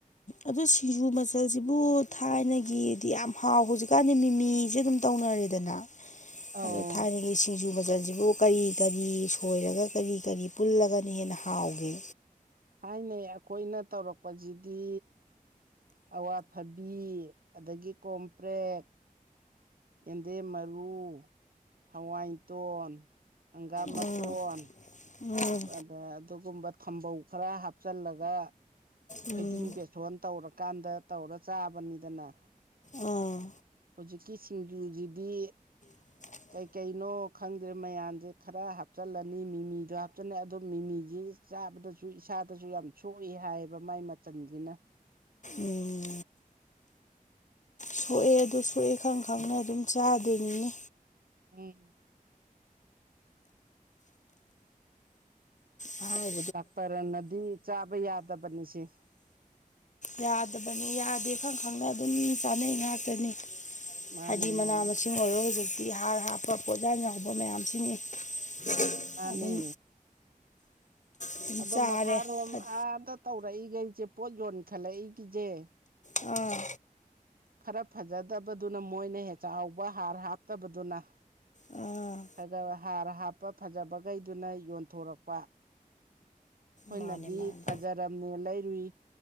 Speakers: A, on the left (about 55°); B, on the right (about 80°).
A: ꯑꯗꯨ ꯁꯤꯡꯖꯨ ꯃꯆꯜꯁꯤꯕꯨ ꯊꯥꯏꯅꯒꯤꯗꯤ ꯌꯥꯝ ꯍꯥꯎ ꯍꯧꯖꯤꯛꯀꯥꯟꯗꯤ ꯃꯤꯃꯤꯁꯦ ꯑꯗꯨꯝ ꯇꯧꯅꯔꯦꯗꯅ
B: ꯑꯧ
A: ꯑꯗꯣ ꯊꯥꯏꯅꯒꯤ ꯁꯤꯡꯖꯨ ꯕꯖꯜꯁꯤꯕꯨ ꯀꯔꯤ ꯀꯔꯤ ꯁꯣꯏꯔꯒ ꯀꯔꯤ ꯀꯔꯤ ꯄꯨꯜꯂꯒꯅ ꯍꯦꯟꯅ ꯍꯥꯎꯒꯦ
B: ꯊꯥꯏꯅꯩ ꯑꯩꯈꯣꯏꯅ ꯇꯧꯔꯛꯄꯁꯤꯗꯤ ꯑꯋꯥꯊꯕꯤ ꯑꯗꯒꯤ ꯀꯣꯝꯄ꯭ꯔꯦꯛ ꯌꯦꯟꯗꯦꯝ ꯃꯔꯨ ꯍꯋꯥꯏꯇꯣꯟ ꯍꯪꯒꯥꯝ ꯃꯇꯣꯟ
A: ꯎꯝ ꯎꯝ
B: ꯑꯗ ꯑꯗꯨꯒꯨꯝꯕ ꯊꯝꯕꯧ ꯈꯔ ꯍꯥꯞꯆꯤꯜꯂꯒ
A: ꯎꯝ
B: ꯐꯩꯗꯤꯡ ꯄꯦꯠꯁꯣꯟ ꯇꯧꯔꯀꯥꯟꯗ ꯇꯧꯔ ꯆꯥꯕꯅꯤꯗꯅ
A: ꯑꯥ
B: ꯍꯧꯖꯤꯛꯀꯤ ꯁꯤꯡꯖꯨꯖꯤꯗꯤ
A: <unintelligible>
B: ꯀꯩꯀꯩꯅꯣ ꯈꯪꯗ꯭ꯔꯦ ꯃꯌꯥꯝꯁꯦ ꯈꯔ ꯍꯥꯞꯆꯤꯜꯂꯅꯤ ꯃꯤꯃꯤꯗꯣ ꯍꯥꯞꯆꯜꯅꯤ ꯑꯗꯣ ꯃꯤꯃꯤꯁ ꯆꯥꯕꯗꯁꯨ ꯏꯁꯥꯗꯁꯨ ꯌꯥꯝ ꯁꯣꯛꯏ ꯍꯥꯏꯌꯦꯕ ꯃꯥꯏ ꯃꯆꯟꯁꯤꯅ
A: ꯎꯝ ꯁꯣꯛꯑꯦ ꯑꯗꯨ ꯁꯣꯛꯑꯦ ꯈꯪ ꯈꯪꯅ ꯑꯗꯨꯝ ꯆꯥꯗꯣꯏꯅꯤꯅꯦ
B: ꯎꯝ
A: ꯍꯥꯎ
B: ꯗꯥꯛꯇꯔꯅꯗꯤ ꯆꯥꯕ ꯌꯥꯗꯕꯅꯤꯁꯦ
A: ꯌꯥꯗꯕꯅꯤ ꯌꯥꯗꯦ ꯈꯪ ꯈꯪꯅ ꯑꯗꯨꯝ ꯆꯥꯅꯩ ꯉꯥꯛꯇꯅꯤ
B: ꯃꯥꯅꯦ
A: ꯍꯥꯏꯗꯤ ꯃꯅꯥ
B: ꯃꯥꯅꯦ
A: ꯃꯁꯤꯡ ꯑꯣꯏꯔꯣ ꯍꯧꯖꯤꯛꯇꯤ ꯍꯥꯔ ꯍꯥꯞꯄ ꯄꯣꯠꯌꯥꯟ ꯌꯥꯕ ꯃꯌꯥꯝꯁꯤꯅꯤ ꯑꯗꯨ
B: ꯃꯥꯅꯦ
A: ꯑꯗꯨꯝ ꯑꯗꯨꯝ
B: ꯑꯗꯣ
A: ꯆꯥꯔꯦ
B: ꯃꯈꯥꯔꯣꯝ
A: ꯐꯠ
B: ꯑꯥꯗ ꯇꯧꯔꯛꯏꯈꯩꯁꯦ ꯄꯣꯠ ꯌꯣꯟꯈꯠꯂꯛꯏꯒꯤꯁꯦ
A: ꯎꯝ
B: ꯈꯔ ꯐꯖꯗꯕꯗꯨꯅ ꯃꯣꯏꯅ ꯆꯥꯎꯕ ꯍꯥꯔ ꯍꯥꯞꯇꯕꯗꯨꯅ
A: ꯑꯥ
B: ꯈ ꯍꯥꯔ ꯍꯥꯞꯄ ꯐꯖꯕꯈꯩꯗꯨꯅ ꯌꯣꯟꯊꯣꯔꯛꯄ ꯑꯩꯈꯣꯏꯅꯗꯤ
A: ꯃꯥꯅꯦ ꯃꯥꯅꯦ
B: ꯐꯖꯔꯝꯅꯦ ꯂꯩꯔꯨꯏ